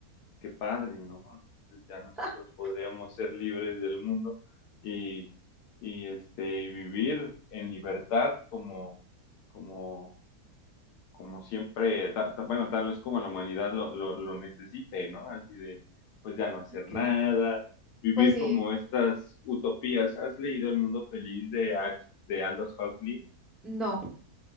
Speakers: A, on the left (about 80°); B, in the centre.
A: qué padre, ¿no? Entonces ya nosotros
B: <laughs>
A: podríamos ser libres del mundo y, y, este, y vivir en libertad como, como como siempre, ta- ta- bueno, tal vez como la humanidad lo, lo, lo necesite, ¿no? Así de, pues ya no hacer
B: Ok,
A: nada, vivir
B: pues sí,
A: como estas utopías. ¿Has leído El mundo feliz de, Ax- de Aldous Huxley?
B: no,